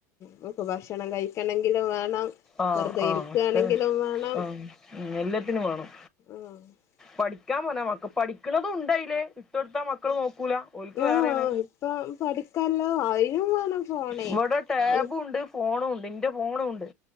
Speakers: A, on the left (about 35°); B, in the centre.
A: നക്ക് ഭക്ഷണം കഴിക്കണെങ്കിലും വേണം
B: ആഹ്
A: വെറുതെ
B: ആഹ്
A: ഇരുക്കാണെങ്കിലും
B: ഒക്കെ
A: വേണം
B: ആഹ് ഉം എല്ലത്തിനും വേണം
A: ആഹ്
B: പഠിക്കാൻ പറഞ്ഞാ മ പഠിക്ക്ണതും ഇണ്ടയില് ഇട്ടൊടുത്താ മക്കൾ നോക്കൂല ഓൽക്ക്
A: ആഹ്
B: വേറേണ്
A: ഇപ്പം പഠിക്കാല്ലോ അയിനും വേണം ഫോണേ
B: ഇവിടെ ടാബും
A: ഒരു
B: ഇണ്ട് ഫോണും ഇണ്ട് ഇന്റെ ഫോണുംണ്ട്